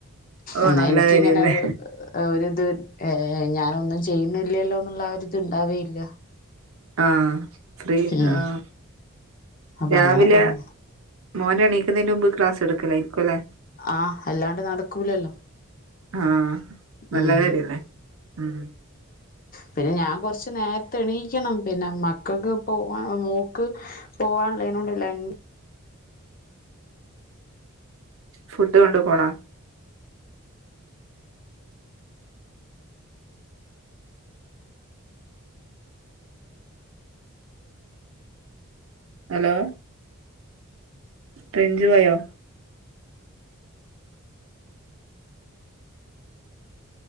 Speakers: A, on the right (about 65°); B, on the left (about 40°).
A: ഓ
B: എന്നാ
A: നല്ല
B: എനിക്കിങ്ങനെ
A: കാര്യല്ലേ
B: ഒരു ആഹ് ഒരുത് ഏ ഞാനൊന്നും ചെയ്യുന്നില്ലല്ലോന്ന്ള്ള ആഹ്‌ഒര്ത് ഉണ്ടാവേയില്ല.
A: ആഹ്‌ ഫ്രീ
B: ഉം
A: ആഹ്‌
B: അപ്പൊ
A: രാവിലെ
B: അങ്ങനെ തുടങ്ങി
A: മോനെണീക്കുന്നതിന് മുൻപ് ക്ലാസ് ട്ക്കലായിരിക്കുല്ലേ
B: ആഹ് എല്ലാണ്ട് നടക്കൂലല്ലോ
A: ആഹ് നല്ലകാര്യല്ലേ?
B: ഉം
A: ഉം
B: പിന്നെ ഞാൻ കൊറച്ച് നേര്ത്തെ എണീക്കണം പിന്നെ മക്കക്ക് പോവാ മോക്ക് പോവാന്ള്ളേനോടല്ലെ ൻ.
A: ഫുഡ് കൊണ്ടു പോണം ഹലോ. റേഞ്ച് പോയോ?